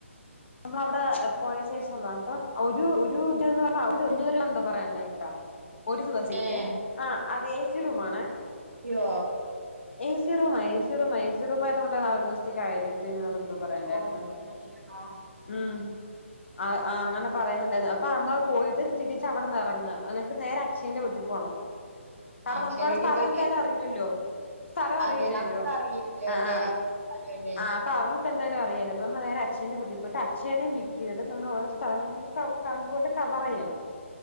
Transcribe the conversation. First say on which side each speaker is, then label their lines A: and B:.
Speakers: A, on the left; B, on the right.
A: നമ്മളവടെ പോയ ശേഷല്ലോ അപ്പ ഒരു ഒരു ഇതന്ന് പറഞ്ഞ എന്താ അഞ്ഞൂറ് ന്തോ പറയണ്ടല്ലോ ഒരു ദിവസത്തെക്കെ
B: ഏഹ്
A: ആഹ് അത് എ സി റൂമാണേ
B: യോ
A: എ സി റൂമാ എ സി റൂമാ എ സി റൂമായത്കൊണ്ടാണ് ആ ഒരു ദിവസത്തെക്ക് ആയിരത്തഞ്ഞൂറ് എന്തോ പറയണ്ടായിരുന്നത്
B: ഓഹ് <unintelligible>
A: ഉം ആഹ് അ അങ്ങനെ പറയുന്നൊണ്ടാരുന്നു അപ്പൊ അമ്മള് പോയിട്ട് തിരിച്ച് അവടന്ന് എറങ്ങുക ന്ന്ട്ട് നേരെ അക്ഷയന്റെ വീട്ടിൽ പോണം കാരണം
B: അക്ഷയന്റെ
A: നമുക്കവടെ
B: വീട്ടി
A: സ്ഥലം
B: പോയിട്ട്
A: എന്തായാലും അറിയില്ലല്ലോ സ്ഥലം അറിയില്ലല്ലോ
B: അതെ അവർക്ക് അറിയല്ലോ
A: ആഹ്
B: അല്ലേ
A: ആഹ്
B: അവല്ലോ അല്ലേ
A: ആഹ് അപ്പൊ അവള് ഇപ്പ എന്തായാലും അറിയാലോ അപ്പ നമ്മള് നേരെ അക്ഷയന്റെ വീട്ടി പോയിട്ട് അക്ഷയനെ പിക്കെയ്തിട്ട് നമ്മളൊരു സ്ഥലങ്ങള്ങ്ങെനെ കൗ കണ്ട് പോയ്ട്ട് കവെറെയ്യെണം